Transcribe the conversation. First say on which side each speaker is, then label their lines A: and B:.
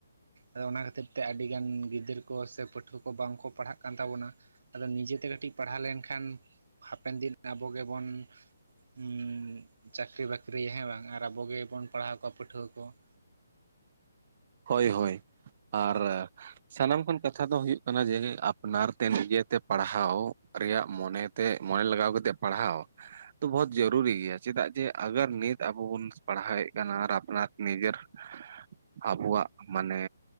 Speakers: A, on the right; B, on the right.
A: ᱟᱫᱚ ᱚᱱᱟ ᱠᱷᱟᱹᱛᱤᱨ ᱛᱮ ᱟᱹᱰᱤ ᱜᱟᱱ ᱜᱤᱫᱽᱨᱟᱹ ᱠᱚ ᱥᱮ ᱯᱟᱹᱴᱷᱩᱣᱟᱹ ᱠᱚ ᱵᱟᱝ ᱠᱚ ᱯᱟᱲᱦᱟᱜ ᱠᱟᱱ ᱛᱟᱵᱳᱱᱟ ᱾ ᱟᱫᱚ ᱱᱤᱡᱮᱛᱮ ᱠᱟᱹᱴᱤᱡ ᱯᱟᱲᱦᱟᱣ ᱞᱮᱱ ᱠᱷᱟᱱ ᱦᱟᱯᱮᱱ ᱫᱤᱱ ᱟᱵᱚ ᱜᱮᱵᱚᱱ ᱾ ᱪᱟᱹᱠᱨᱤ ᱵᱟᱹᱠᱨ ᱦᱮᱸ ᱵᱟᱝ ᱟᱨ ᱟᱵᱚᱜ ᱜᱮ ᱵᱚᱱ ᱯᱟᱲᱦᱟᱣ ᱠᱚᱣᱟ ᱯᱟᱹᱴᱷᱩᱣᱟᱹ ᱠᱚ ᱾
B: ᱦᱳᱭ ᱦᱳᱭ ᱟᱨ ᱾ ᱥᱟᱱᱟᱢ ᱠᱷᱚᱱ ᱠᱟᱛᱷᱟ ᱫᱚ ᱦᱩᱭᱩᱜ ᱠᱟᱱᱟ ᱡᱮ ᱟᱯᱱᱟᱨ ᱛᱮ ᱱᱤᱡᱮ ᱛᱮ ᱯᱟᱲᱦᱟᱣ ᱨᱮᱭᱟᱜ ᱢᱚᱱᱮ ᱾ ᱛᱮ ᱢᱚᱱᱮ ᱞᱟᱜᱟᱣ ᱠᱟᱛᱮ ᱯᱟᱲᱦᱟᱣ ᱾ ᱛᱚ ᱵᱚᱦᱩᱛ ᱡᱟᱹᱨᱩᱨᱤ ᱜᱮᱭᱟ ᱾ᱪᱮᱫᱟᱜ ᱡᱮ ᱟᱜᱟᱨ ᱱᱤᱛ ᱟᱵᱚ ᱵᱚᱱ ᱯᱟᱲᱦᱟᱣᱮᱫ ᱠᱟᱱᱟ ᱟᱨ ᱟᱯᱱᱟᱨ ᱱᱤᱡᱮᱨ ᱾ <unintelligible> ᱟᱵᱚᱣᱟᱜ ᱢᱟᱱᱮ